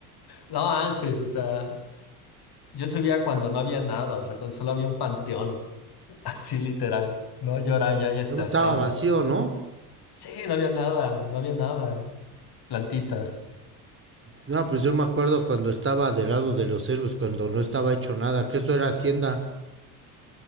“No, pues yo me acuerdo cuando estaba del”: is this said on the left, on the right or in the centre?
Right